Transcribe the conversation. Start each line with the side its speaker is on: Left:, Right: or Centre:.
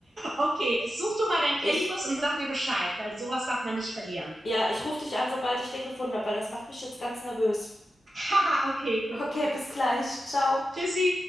Right: Okay, such du mal deinen
Left: Ich,
Right: bus und sag mir Bescheid, weil sowas darf man nicht verlieren.
Left: ja, ich rufe dich an, sobald ich den gefunden habe, weil das macht mich jetzt ganz nervös.
Right: Haha, <laughs> okay, gut.
Left: Okay, bis gleich. Ciao.
Right: Tschüssi.